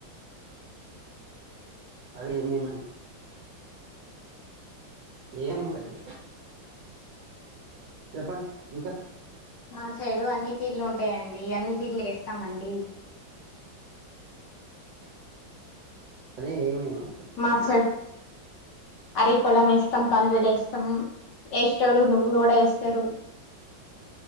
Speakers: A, on the right; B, on the left.
A: అదిమేమని. ఏముంటాయి. చెప్పండి ఇంకా.
B: మా సైడు అన్ని తీర్లు ఉంటాయండి అన్ని తీర్లు చేస్తామండి.
A: అదే ఏమేమి. అంటున్నా
B: మాస్లర్. అదే పొలం వేస్తాం కందులు వేస్తాం ఏష్టోలు నువ్వులు కూడా వేస్తారు.